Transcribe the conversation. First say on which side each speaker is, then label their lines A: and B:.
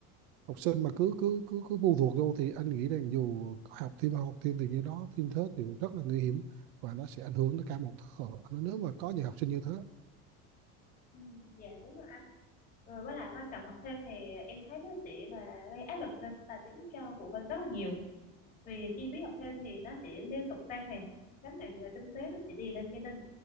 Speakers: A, on the right; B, on the left.
A: học sinh mà cứ cứ cứ cứ phụ thuộc vô thì anh nghĩ rằng dù có học thêm học thêm thì như đó thêm thớt thì rất là nguy hiểm và nó sẽ ảnh hưởng tới cả một thế hệ Nó- nếu mà có những học sinh như thế
B: Ừ, dạ đúng rồi anh. rồi với lại quan trọng học thêm thì em thấy nó sẽ là gây áp lực lên tài chính cho phụ huynh rất là nhiều vì chi phí học thêm thì nó sẽ liên tục tăng này gánh nặng về kinh tế nó sẽ đi lên gia đình